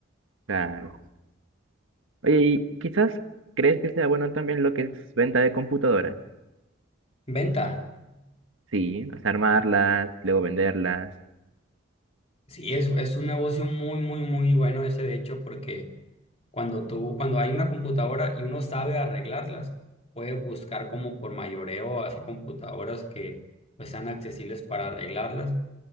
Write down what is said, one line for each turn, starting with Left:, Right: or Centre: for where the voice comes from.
Right: claro. Oye, y quizás crees que sea bueno también lo que es venta de computadoras.
Left: Venta.
Right: Sí, o sea, armarlas, luego venderlas.
Left: Sí, es, es un negocio muy, muy, muy bueno ese, de hecho, porque cuando tú, cuando hay una computadora y uno sabe arreglarlas, puede buscar como por mayoreo, así computadoras que pues sean accesibles para arreglarlas.